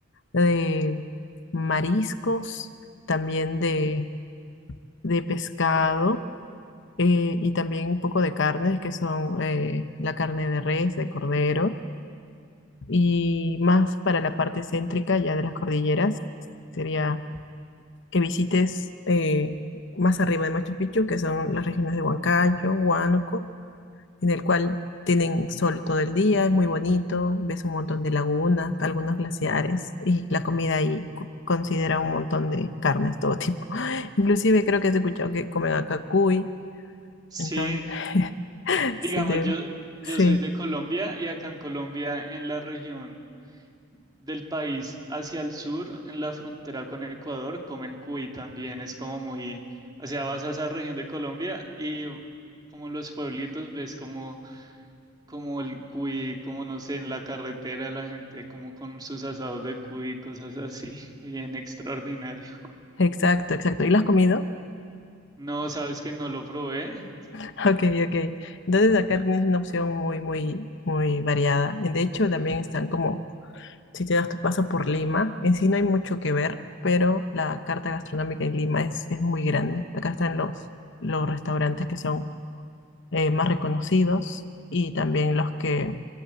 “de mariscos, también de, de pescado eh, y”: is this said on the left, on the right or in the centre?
Left